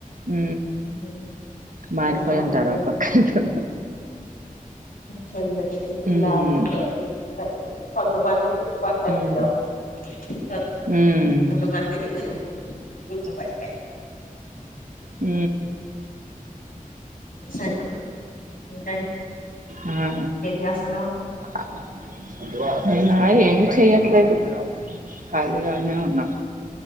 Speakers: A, on the right (about 65°); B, on the left (about 80°).
A: హూ
B: హ్మ్. చాలా
A: మారిపోయింటారు
B: హ్యాపీగా
A: ఒక్కొక్కళ్ళు
B: చల్ మై ఎక్కిలావు
A: హ్మ్.
B: పడ్డది కొంత మందిన్ గుడ్ పక్కకెళ్ళం
A: హ్మ్.
B: కన్
A: హ్మ్.
B: కొంత మందిని గుర్తు పట్టె
A: ఊ
B: సరే ఇంకేం
A: ఆహా
B: చేస్తున్నావ్
A: అవునా ఏమిచ్చి చేయట్లేదు కాలీగానే ఉన్నాం